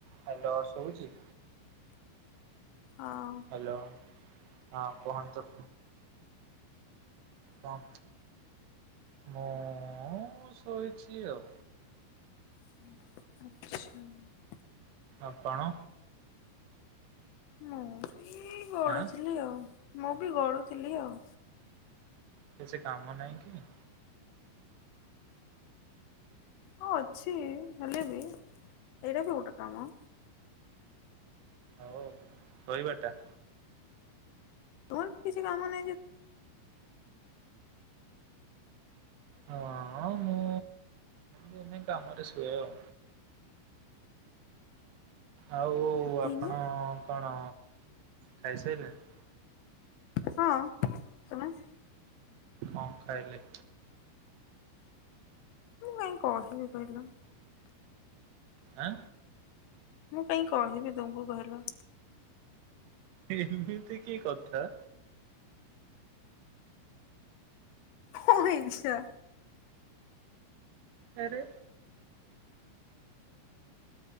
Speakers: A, on the right; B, on the left.
A: Hello ଶୁଭୁଛି?
B: ହଁ।
A: Hello ହଁ କୁହନ୍ତୁ। କଣ ମୁଁ ଶୋଇଛି ଆଉ
B: ହୁଁ।
A: ଆପଣ?
B: ମୁଁ ବି ଗଢୁଥିଲି
A: ଆଁ
B: ଆଉ ମୁଁ ବି ଗଢୁଥିଲି ଆଉ।
A: କିଛି କାମ ନାଇଁ କି?
B: ହଁ ଅଛି ହେଲେ ବି ଏଇଟା ବି ଗୋଟେ କାମ।
A: ହଉ ଶୋଇବା ଟା।
B: ତୋର କିଛି କାମ ନାଇଁ ଯେ
A: ହଁ ମୁଁ ଦିନେ କାମରେ ଶୁଏ ଆଉ। ଆଉ
B: ଦିନେ
A: ଆପଣ କଣ ଖାଇସାରିଲେଣି।
B: ହଁ ତମେ।
A: କଣ ଖାଇଲେ?
B: ମୁଁ କାହିଁ କହିବି କହିଲ।
A: ଆଁ
B: ମୁଁ କାଇଁ କହିବି ତୁମକୁ କହିଲ।
A: ଏମିତି କି କଥା।
B: ମୋ ଇଛା।
A: ଆରେ